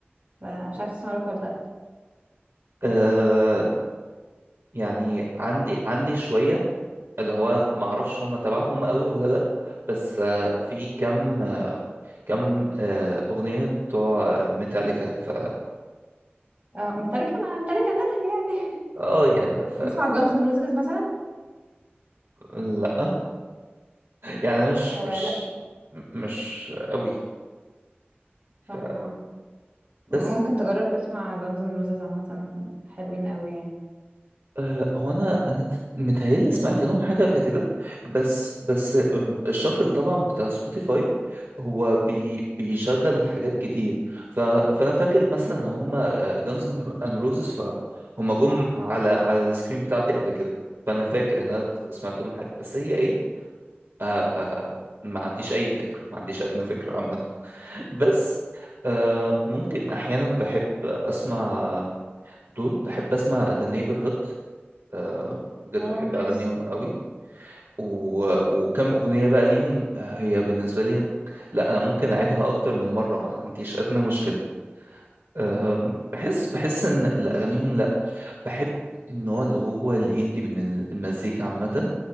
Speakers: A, on the right; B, on the right.
A: فمش عارفه تسمع روك ولا لا
B: آه يعني عندي عندي شوية اللي هو معرفش هم تبعهم قوي ولا لأ بس آه في كم آه، كم آه أغنية بتوع ميتاليكا ف
A: اه متلكه مع متلكه ميتال يعني
B: اه
A: <laughs>
B: يعني ف...
A: بتسمع
B: ف
A: جانز ان روزز مثلا
B: لأ يعني أنا مش
A: آه
B: مش
A: لا
B: مش قوي ف
A: فاهمه اه ممكن
B: بس
A: تجرب تسمع جانز ان روزز عامه حلوين قوي يعني
B: أه هو انا انا ت- متهيألي سمعت لهم حاجه قبل كده بس بس أه، الشافل طبعا بتاع سبوتيفاي هو بي بيشغل حاجات كتير ف فانا فاكر مثلا ان هم جانز ان روزز فهم جم على على السكرين بتاعتي قبل كده فانا فاكر ان انا سمعت لهم حاجه بس هي ايه أه أه ما عنديش اي فكره ما عنديش ادنى فكره عامه <laughs> بس أه ممكن احيانا بحب اسمع دول بحب اسمع ذا نيبرهود آه، بجد
A: اه
B: بحب
A: نايس
B: اغانيهم قوي و... وكم اغنيه بقى ليهم آه، هي بالنسبه لي لا انا ممكن اعيدها اكتر من مره ما عنديش ادنى مشكله آه، بحس بحس ان لا، اغانيهم لا بحب النوع اللي هو الاندي من ال- المزيكا عامه